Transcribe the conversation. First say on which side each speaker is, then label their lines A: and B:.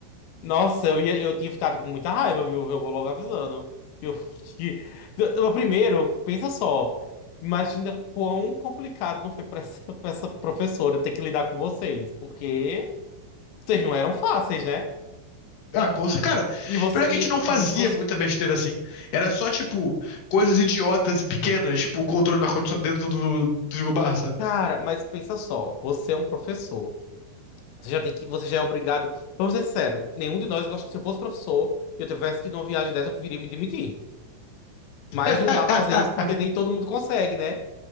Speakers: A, on the left (about 80°); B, on the left (about 50°).
A: Nossa, eu ia, eu tinha ficado com muita raiva, viu? Eu vou logo avisando. Eu, que- Eu- primeiro, pensa só. Imagina quão complicado não foi pra essa, <laughs> pra essa professora ter que lidar com vocês, porque vocês não eram fáceis, né?
B: Ah, com cer- cara,
A: E você,
B: pior é que
A: e,
B: a gente não fazia
A: tipo, um professor.
B: muita besteira assim. Era só, tipo, coisas idiotas e pequenas, tipo, o controle do ar-condicionado dentro do, do frigobar, sabe?
A: Cara, mas pensa só, você é um professor. Você já tem que, você já é obrigado. Vamos ser sinceros, nenhum de nós gosta. Se eu fosse professor e eu tivesse que ir numa viagem dessa, eu preferia me demitir.
B: <laughs>
A: Mas não dá pra fazer isso porque nem todo mundo consegue, né?